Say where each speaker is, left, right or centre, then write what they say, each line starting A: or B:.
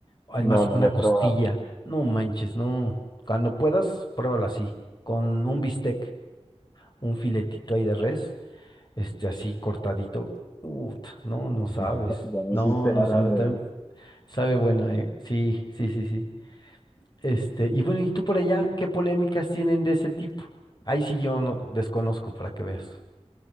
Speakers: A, on the left; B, on the left.
A: Además,
B: No, no
A: una
B: la he
A: costilla.
B: probado.
A: No manches, no. Cuando puedas, pruébalo así, con un bistec, un filetito ahí de res, este así cortadito. Uf, no, no sabes.
B: <laughs> Ya me
A: No,
B: hiciste
A: no
B: dar
A: sabes.
B: hambre,
A: También
B: güey.
A: sabe buena, ¿eh? Sí, sí, sí, sí. Este, y bueno, ¿y tú por allá qué polémicas tienen de ese tipo? Ahí sí yo no desconozco para que veas.